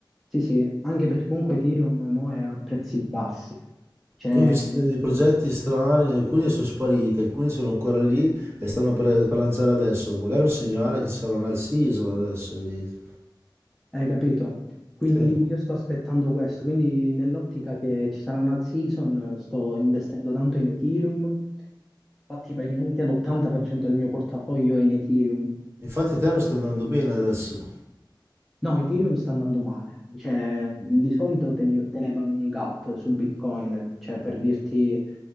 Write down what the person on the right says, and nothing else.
Io ho investito in dei progetti strani, alcuni sono spariti, alcuni sono ancora lì e stanno per, per lanciare adesso. Magari è un segnale che ci sarà un all season adesso invece.
Sì.
Infatti Ethereum sta andando bene adesso.